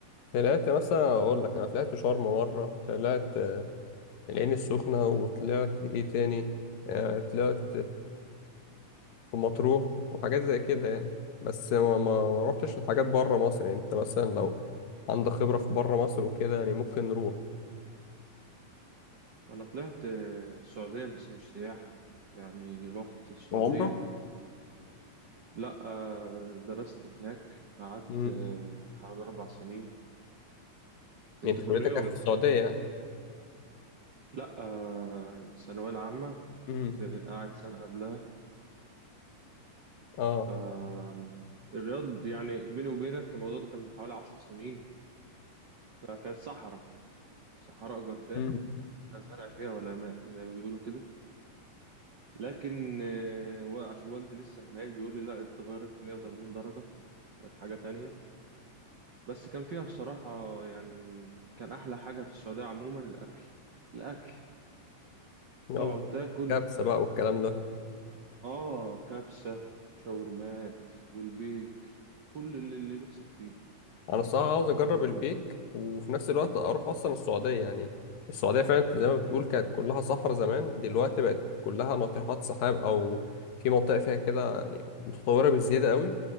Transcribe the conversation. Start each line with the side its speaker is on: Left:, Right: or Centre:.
Left: طلعت مثلا أقول لك أنا طلعت شرم مرة طلعت العين السخنة وطلعت إيه تاني آه، طلعت في مطروح وحاجات زي كده يعني بس ما ما ما روحتش لحاجات بره مصر يعني أنت مثلا لو عندك خبرة في بره مصر وكده يعني ممكن نروح
Right: انا طلعت آه، السعودية بس مش سياحة يعني رحت السعودية
Left: عمرة
Right: لا آه، درست هناك قعدت
Left: امم
Right: آه، حوالي اربع سنين كنت
Left: يعني أنت
Right: في
Left: كليتك
Right: الرياض
Left: كانت في السعودية يعني
Right: لا آه، الثانوية العامة وكنت
Left: امم
Right: آه، قاعد سنة قبلها
Left: اه
Right: فالرياض يعني بيني وبينك الموضوع ده كان من حوالي عشر سنين فكانت صحراء صحراء جرداء
Left: امم
Right: لا زرع فيها ولا ماء زي ما بيقولوا كده لكن آه، و- عشان والدي لسه هناك بيقول لي لا اتغيرت 180 درجة بقت حاجة تانية بس كان فيها بصراحة يعني كان أحلى حاجة في السعودية عموما الأكل الأكل
Left: يلا
Right: تقعد تاكل
Left: كبسة بقى والكلام ده
Right: آه كبسة شاورمات والبيك كل اللي, اللي نفسك فيه
Left: انا الصراحة عاوز اجرب
Right: هتلاقيه
Left: البيك
Right: هناك.
Left: وفي نفس الوقت اروح اصلا السعودية يعني السعودية فعلا زي ما بتقول كانت كلها صحراء زمان دلوقتي بقت كلها ناطحات سحاب او في منطقة فيها كده يعني متطورة بزيادة قوي